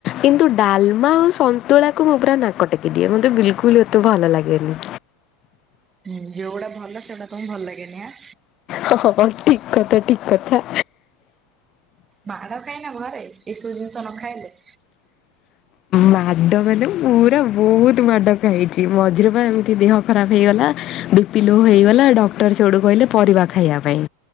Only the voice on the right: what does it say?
ହୁଁ ଯୋଉଗୁଡା ଭଲ ସେଇଟା ତମକୁ ଭଲ ଲାଗେନି ଆ
ମାଡ଼ ଖାଇନ ଘରେ ଏସବୁ ଜିନିଷ ନ ଖାଇଲେ?